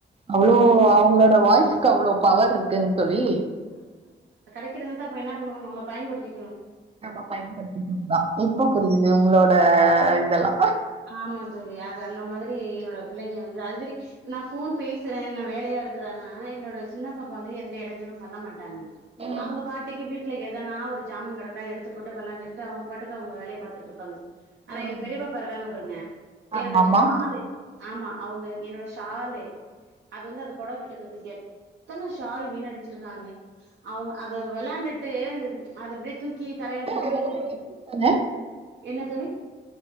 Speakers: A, on the right; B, on the right.
A: அவ்ளோ அவங்களோட வாய்ஸ்க்கு அவ்ளோ பவர் இருக்குங் தோழி
B: கிருந்தா அப்ப என்ன பண்ணுவோ நம்ம பயன்படுத்தீ
A: நம்ம பயன்படுத்திக்குனும்தா இப்ப புரியுது உங்களோட இதெல்லா
B: ஆமா தோழி அது அந்த மாதிரி என்னோட புள்ளைங்க வந்துட்டு ஆல்ரெடி நா ஃபோன் பேசுற நா வேலையா இருக்கறன்னா என்னோட சின்னப்பாப்பா வந்து எந்த எடஞ்சலும் பண்ண மாட்டாங்
A: ம்
B: அவங்க பாட்டிக்கு வீட்ல ஏதனா ஒரு ந்த ஜாமங் கேடக்க எடுத்து போட்டு விளாண்டுட்டு அவங்க பாட்டுக்கு அவங்க வேலய பாத்துட்டு இருப்பாங்க ஆனா
A: ம்
B: எங்க பெரியப்பாப் பா இருக்காங்க பாருங்க என்னோட
A: ஆமாமா
B: ஸ்சாலு ஆமா அவங்க என்னோட ஷாலு அது வந்து அது பொடவ கெட்டுறதுல தூக்கியாச் எத்தன ஷால் வீன் அடிச்சிருக்காங்க அவங்க அத விளாண்டுட்டு அது அப்டியே தூக்கி தரையில போட்டு
A: அதெல்லா
B: இழுத்து
A: இருக்குந்தான
B: என்ன தோழி